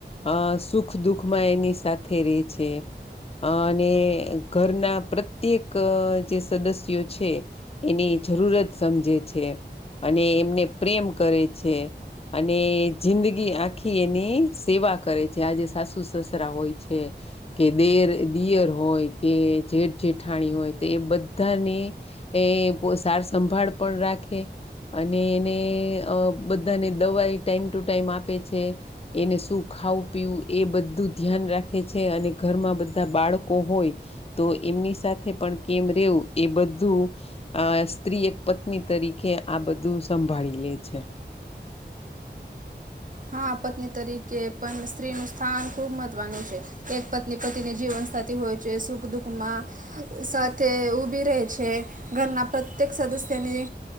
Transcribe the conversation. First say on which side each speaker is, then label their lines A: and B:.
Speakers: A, on the left; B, on the right.
A: અ સુખ દુઃખમાં એની સાથે રે છે અ અને ઘરના પ્રત્યેક જે સદસ્યો છે એની જરૂરત સમજે છે અને એમને પ્રેમ કરે છે અને જિંદગી આખી એની સેવા કરે છે આજે સાસુ સુસસરા હોય છે કે દેર દિયર હોય કે જેઠ જેઠાણી હોય તો એ બધાને એ સાર સંંભાળ પણ રાખે અને એને બધાને દવાઈ ટાઈમ ટુ ટાઈમ આપે છે એને શું ખાવું પીવું એ બ બધું ધ્યાન રાખે છે અને ઘરમાં બધા બાળકો હોય તો એમની સાથે પણ કેમ રવું એ બધું આ સ્ત્રી એક પત્ની તરીકે આ બધું સંભાળી લે છે
B: હા પત્ની તરીકે પણ સ્ત્રીનું સ્થાન ખૂબ મહત્વનું છે એક પત્ની પતિની જીવન સાથી હોય છે સુખ દુઃખમાં સાથે ઉભી રહે છે ઘરના પ્રત્યેક સદસ્યની